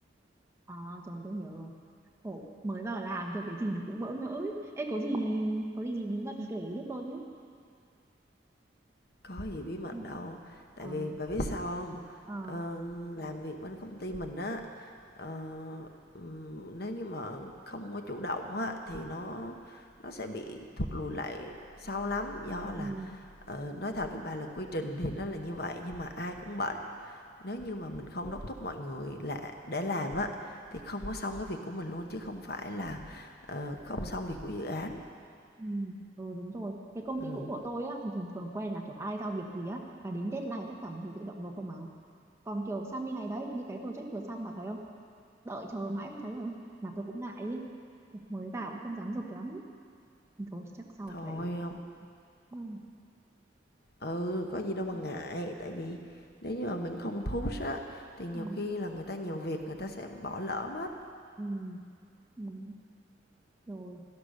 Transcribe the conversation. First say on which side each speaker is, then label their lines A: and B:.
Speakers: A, on the right (about 15°); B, on the left (about 60°).
A: À rồi tôi hiểu rồi. Khổ, mới vào làm kiểu cái gì nó cũng bỡ ngỡ ấy. Ê có gì có gì bí mật kể giúp tôi nhé.
B: Có gì bí mật
A: Ừ,
B: đâu,
A: Ờ
B: tại vì bà biết sao không?
A: ờ
B: Ờ, làm việc bên công ty mình á, ờ, ừm, nếu như mà không có chủ động á, thì nó nó sẽ bị thụt lùi lại sau lắm. Do
A: ừ,
B: là, ờ, nói thật với bà là quy trình thì nó là như vậy nhưng mà ai cũng bận, nếu như mà mình không đốc thúc mọi người là để làm á, thì không có xong cái việc của mình luôn chứ không phải là, ờ, không xong việc của dự án.
A: ừ, ừ đúng rồi. Cái công
B: Ừm,
A: ty cũ của tôi á thì thường thường quen là kiểu ai giao việc gì á và đến deadline tất cả mọi người tự động nộp không à. Còn kiểu sang bên này đấy như cái project vừa xong bà thấy không? Đợi chờ mãi không thấy rồi. Mà tôi cũng ngại ý. Mới vào cũng không dám giục lắm. Thôi chắc sau
B: thôi
A: phải
B: hông
A: ừ,
B: Ừ, có gì đâu mà
A: ừ,
B: ngại, tại vì nếu như mà mình không push á thì nhiều
A: ừ,
B: khi là người ta nhiều việc người ta sẽ bỏ lỡ mất.
A: ừ. ừ, ừ, Rồi